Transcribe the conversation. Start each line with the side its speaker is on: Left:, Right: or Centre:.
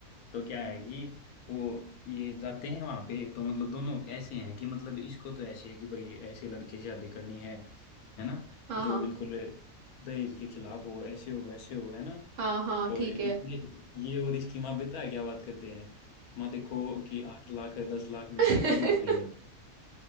Left: तो क्या है कि वो ये जाते हैं वहां पे तो मतलब दोनों ऐसे हैं कि मतलब इसको तो ऐसे है कि भाई ऐसे लड़के से शादी करनी है है ना
Right: हाँ
Left: जो
Right: हाँ
Left: बिल्कुल दहेज के खिलाफ हो ऐसे हो वैसे हो है ना
Right: हाँ हाँ
Left: और
Right: ठीक
Left: ये
Right: है
Left: ये और इसकी माँ बेटा है क्या बात करते हैं माँ देखो कि आठ लाख दस लाख
Right: <laughs>
Left: में तो मतलब नौकरी लग